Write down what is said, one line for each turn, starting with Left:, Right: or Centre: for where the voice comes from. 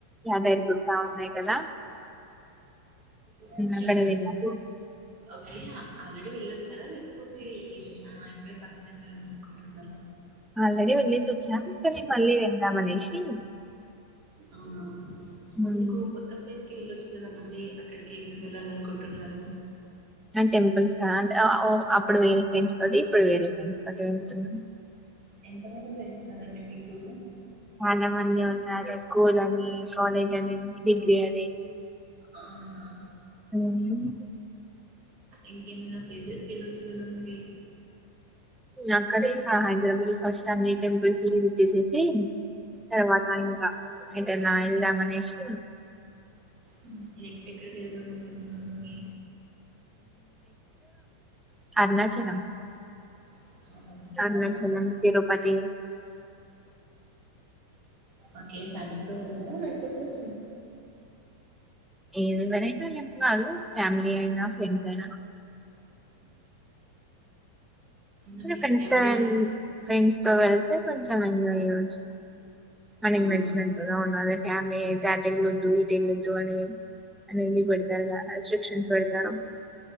Centre: దైరి గుతా ఉన్నాయి కదా
Right: ఉమ్
Centre: అక్కడ వెళ్ళాం
Right: ఓకేనా ఆల్రెడీ వెళ్ళొచ్చారా లేకపోతే ఇప్పుడే ఫస్ట్ టైం వెళ్ళాం అనుకుంటున్నారా
Centre: ఆల్రెడీ వెళ్ళేసి వచ్చాం కానీ మళ్ళీ వెళ్దాం అనేసి
Right: అవునా
Centre: ఉమ్
Right: ఏందుకు కొత్త ప్లేస్ వెళ్ళొచ్చు కదా మళ్ళీ అక్కడికి ఎందుకు వెళ్ళాలి అనుకుంటున్నారు
Centre: అ టెంపుల్స్ కద అంటేఓ అప్పుడు వేరే ఫ్రెండ్స్ తోటి ఇప్పుడు వేరే ఫ్రెండ్స్ తోటి వెళ్తున్నా
Right: ఎంతమంది తెలిసినదండి మీకు
Centre: చాలా మంది ఉన్నారు స్కూల్ అని కాలేజ్ అని డిగ్రీ అని
Right: అవునా
Centre: హ్మ్మ్
Right: ఇంకేమైన్నా ప్లేసెస్కి వెళ్ళొచ్చు కదా మరి
Centre: ఆక్కడే హైదరాబాద్ లో ఫస్ట్ టైమ్ టెంపల్స్ వచ్చేసేసి తర్వాత ఇంకా అంట నా వెళ్దామ అనేసి
Right: హ్మ్మ్ ఎక్కి ఎక్కడ తిరుగుదామనుకుంటున్నారు మరి
Centre: అరుణాచలం
Right: ఆ,
Centre: Arunachalam
Right: family
Centre: Tirupati
Right: okay friend తోనా లేక పోతే చూ
Centre: ఏది మరి ఫ్యామిలీ అయినా ఫ్రెండ్స్ అయినా
Right: మరి
Centre: కానీ ఫ్రెండ్స్
Right: ఏప్రిల్
Centre: తో ఫ్రెండ్స్ తో వెళ్తే కొంచెం ఎంజాయ్ చేయచ్చు మనకి
Right: అవునా
Centre: నచ్చినట్టుగా ఉండాలి ఆమె <unintelligible> అనేది పెడతారు కద రెస్ట్రిక్షన్స్ పెడతారు